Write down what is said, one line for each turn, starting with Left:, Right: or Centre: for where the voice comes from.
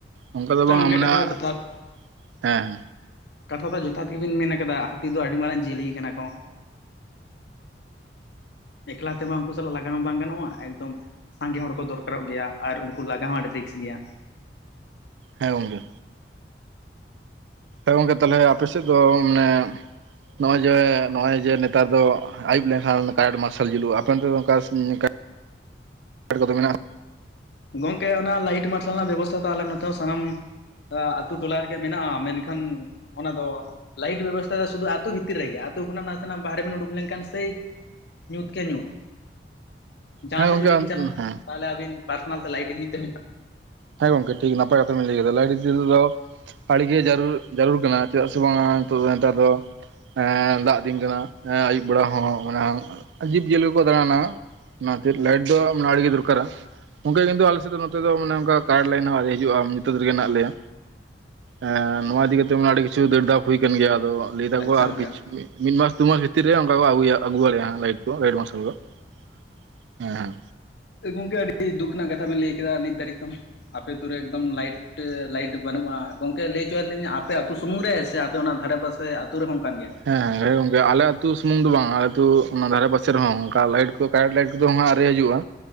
Right: ᱚᱱᱠᱟ ᱫᱚ
Left: ᱟᱪᱪᱷᱟ
Right: ᱵᱟᱝ-ᱟ
Left: ᱜᱚᱝᱠᱮ
Right: ᱢᱟᱱ
Left: ᱠᱟᱛᱷᱟ
Right: ᱦᱮᱸ
Left: ᱫᱚ ᱡᱚᱛᱷᱟᱛ
Right: ᱦᱮᱸ,
Left: ᱠᱟᱛᱷᱟ ᱫᱚ ᱡᱚᱛᱷᱟᱛ ᱜᱮᱵᱤᱱ ᱢᱮᱱ ᱠᱟᱫᱟ ᱦᱟᱹᱛᱤ ᱫᱚ ᱟᱹᱰᱤ ᱢᱟᱨᱟᱝ ᱡᱤᱭᱟᱹᱞᱤ ᱠᱟᱱᱟ ᱠᱚ᱾ ᱮᱠᱞᱟ ᱛᱮᱢᱟ ᱩᱱᱠᱩ ᱥᱟᱞᱟᱜ ᱞᱟᱜᱟᱣ ᱦᱚᱸ ᱵᱟᱝ ᱜᱟᱱᱚᱜᱼᱟ ᱮᱠᱫᱚᱢ ᱥᱟᱸᱜᱮ ᱦᱚᱲ ᱠᱚ ᱫᱚᱨᱠᱟᱨᱚᱜ ᱜᱮᱭᱟ ᱟᱨ ᱩᱱᱠᱩ ᱞᱟᱜᱟ ᱦᱚᱸ ᱟᱹᱰᱤ ᱨᱤᱥᱠ ᱜᱮᱭᱟ᱾
Right: ᱦᱮᱸ ᱜᱚᱝᱠᱮ ᱦᱮᱸ ᱜᱚᱝᱠᱮ ᱛᱟᱦᱞᱮ ᱟᱯᱮ ᱥᱮᱫ ᱫᱚ ᱢᱟᱱᱮ ᱱᱚᱜᱼᱚᱭ ᱡᱮ ᱱᱚᱜᱼᱚᱭ ᱡᱮ ᱱᱮᱛᱟᱨ ᱫᱚ ᱟᱹᱭᱩᱵ ᱞᱮᱱᱠᱷᱟᱱ ᱠᱟᱨᱮᱱᱴ ᱢᱟᱨᱥᱟᱞ ᱡᱩᱞᱩᱜᱼᱟ ᱟᱯᱮ ᱚᱱᱛᱮ ᱱᱚᱝᱠᱟ ᱠᱚᱫᱚ ᱢᱮᱱᱟᱜᱼᱟ᱾
Left: ᱜᱚᱝᱠᱮ ᱚᱱᱟ ᱞᱟᱭᱤᱴ ᱢᱟᱨᱥᱟᱞ ᱨᱮᱱᱟᱜ ᱵᱮᱵᱚᱥᱛᱷᱟ ᱫᱚ ᱟᱞᱮ ᱱᱚᱛᱮ ᱥᱟᱱᱟᱢ ᱟᱛᱩ ᱴᱚᱞᱟ ᱨᱮᱜᱮ ᱢᱮᱱᱟᱜᱼᱟ ᱢᱮᱱᱠᱷᱟᱱ ᱚᱱᱟ ᱫᱚ ᱞᱟᱭᱤᱴ ᱵᱮᱵᱚᱥᱛᱷᱟ ᱫᱚ ᱥᱩᱫᱩ ᱟᱛᱳ ᱵᱷᱤᱛᱤᱨ ᱨᱮᱜᱮ ᱟᱛᱳ ᱠᱷᱚᱱᱟᱜ ᱱᱟᱥᱮᱱᱟᱜ ᱵᱟᱦᱨᱮ ᱵᱮᱤᱱ ᱩᱰᱩᱠ ᱞᱮᱱᱠᱷᱟᱱ ᱥᱮᱭ ᱧᱩᱛ ᱜᱮ ᱧᱩᱛ ᱡᱟᱦᱟᱸ
Right: ᱦᱮᱸ
Left: ᱥᱮᱫ
Right: ᱜᱚᱝᱠᱮ
Left: ᱡᱩᱫᱤ ᱵᱮᱱ ᱪᱟᱞᱟᱜᱼᱟ
Right: ᱦᱮᱸ
Left: ᱛᱟᱦᱚᱞᱮ ᱟᱵᱤᱱ ᱯᱟᱨᱥᱚᱱᱟᱞ ᱛᱮ ᱞᱟᱭᱤᱴ ᱤᱫᱤ ᱦᱩᱭᱩᱜ ᱛᱟᱵᱱᱟ᱾
Right: ᱦᱮᱸ ᱜᱚᱝᱠᱮ ᱴᱷᱤᱠ ᱱᱟᱯᱟᱭ ᱠᱟᱛᱷᱟ ᱵᱮᱤᱱ ᱞᱟᱹᱭ ᱠᱮᱫᱟ ᱞᱟᱭᱤᱴ ᱡᱩᱞ ᱫᱚ ᱟᱹᱰᱤᱜᱮ ᱡᱟᱹᱨᱩᱲ ᱡᱟᱹᱨᱩᱲ ᱠᱟᱱᱟ ᱪᱮᱫᱟᱜ ᱥᱮ ᱵᱟᱝ ᱱᱤᱛᱚᱜ ᱫᱚ ᱱᱮᱛᱟᱨ ᱫᱚ ᱮ ᱫᱟᱜ ᱫᱤᱱ ᱠᱟᱱᱟ ᱟᱹᱭᱩᱵ ᱵᱮᱲᱟ ᱦᱚᱸ ᱡᱤᱵ ᱡᱤᱭᱟᱹᱞᱤ ᱠᱚᱠᱚ ᱫᱟᱬᱟᱱᱟ᱾ ᱚᱱᱟ ᱠᱷᱟᱹᱛᱤᱨ ᱞᱟᱭᱤᱴ ᱫᱚ ᱢᱟᱱᱮ ᱟᱹᱰᱤᱜᱮ ᱫᱚᱨᱠᱟᱨᱟ, ᱚᱱᱠᱟ ᱜᱮ ᱠᱤᱱᱛᱩ ᱟᱞᱮᱥᱮᱫ ᱫᱚ ᱱᱚᱛᱮ ᱫᱚ ᱢᱟᱱᱮ ᱚᱱᱠᱟ ᱠᱟᱨᱮᱴ ᱞᱟᱭᱤᱱ ᱦᱚᱸ ᱟᱶᱨᱤ ᱦᱤᱡᱩᱜᱼᱟ ᱧᱩᱤᱛᱟᱹᱛ ᱨᱮᱜᱮ ᱦᱮᱱᱟᱜ ᱞᱮᱭᱟ᱾ ᱮᱸ ᱱᱚᱣᱟ ᱤᱫᱤ ᱠᱟᱛᱮᱜ ᱟᱹᱰᱤ ᱠᱤᱪᱷᱩ ᱫᱟᱹᱲ ᱫᱟᱯ ᱦᱩᱭ ᱟᱠᱟᱱ ᱜᱮᱭᱟ ᱟᱫᱚ ᱞᱟᱹᱭ ᱫᱟᱠᱚ
Left: ᱟᱪᱪᱷᱟ
Right: ᱟᱨ
Left: ᱜᱚᱝᱠᱮ
Right: ᱠᱤᱪᱷᱩ ᱢᱤᱫ ᱢᱟᱥ ᱫᱩᱢᱟᱥ ᱵᱷᱤᱛᱤᱨ ᱨᱮ ᱚᱱᱠᱟ ᱠᱚ ᱟᱹᱜᱩᱭᱟ ᱟᱹᱜᱩ ᱟᱞᱮᱭᱟ ᱱᱟᱜ ᱞᱟᱭᱤᱴ᱾ ᱜᱟᱭᱰ <unintelligible> ᱢᱥᱚ <unintelligible> ᱦᱮᱸ ᱦᱮᱸ
Left: ᱮ ᱜᱚᱝᱠᱮ ᱟᱹᱰᱤ ᱫᱩᱠ ᱨᱮᱱᱟᱜ ᱠᱟᱛᱷᱟ ᱵᱮᱱ ᱞᱟᱹᱭ ᱠᱮᱫᱟ ᱱᱤᱛ ᱫᱷᱟᱹᱨᱤᱡ ᱛᱚ᱾ ᱟᱯᱮ ᱟᱛᱩ ᱨᱮ ᱮᱠᱫᱚᱢ ᱞᱟᱭᱤᱴ ᱞᱟᱭᱤᱴ ᱵᱟᱹᱱᱩᱜᱼᱟ ᱜᱚᱝᱠᱮ ᱞᱟᱹᱭ ᱦᱚᱪᱚᱭ ᱞᱤᱧᱟ ᱟᱯᱮ ᱟᱹᱛᱩᱳ ᱥᱩᱢᱩᱝ ᱨᱮ ᱥᱮ ᱟᱯᱮ ᱚᱱᱟ ᱫᱷᱟᱨᱮ ᱯᱟᱥᱮ ᱥᱮ ᱟᱹᱛᱩ ᱨᱮᱦᱚᱸ ᱚᱱᱠᱟᱱ ᱜᱮᱭᱟ?
Right: ᱦᱮᱸ ᱦᱮᱸ ᱜᱚᱝᱠᱮ ᱟᱞᱮ ᱟᱛᱳ ᱥᱩᱢᱩᱝ ᱫᱚ ᱵᱟᱝ ᱟᱞᱮ ᱟᱹᱛᱩ ᱚᱱᱟ ᱫᱷᱟᱨᱮ ᱯᱟᱥᱮ ᱨᱮᱦᱚᱸ ᱚᱱᱠᱟ ᱞᱟᱭᱤᱴ ᱠᱚ ᱠᱟᱨᱮᱱᱴ ᱞᱟᱭᱤᱴ ᱠᱚᱫᱚ ᱦᱟᱜ ᱟᱣᱨᱤ ᱦᱤᱡᱩᱜᱼᱟ᱾